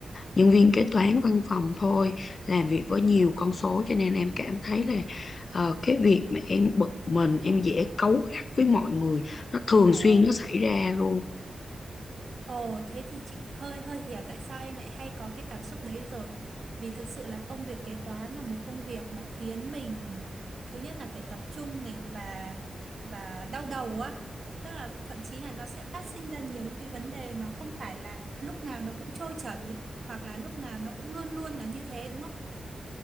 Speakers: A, on the left (about 55°); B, on the right (about 55°).
A: nhân viên kế toán văn phòng thôi làm việc với nhiều
B: Ừ.
A: con số cho nên em cảm thấy là ờ, cái việc mà em bực mình em dễ cáu gắt với mọi người nó thường
B: Ờ,
A: xuyên nó xảy ra luôn
B: ồ thế thì chị hơi hơi hiểu tại sao em lại hay có cái cảm xúc đấy rồi. Vì thực sự là công việc kế toán là một công việc mà khiến mình thứ nhất là phải tập trung này và và đau đầu á. Tức là thậm chí là nó sẽ phát sinh ra nhiều những cái vấn đề mà không phải là lúc nào nó cũng trôi chảy hoặc là lúc nào nó cũng luôn luôn là như thế đúng không?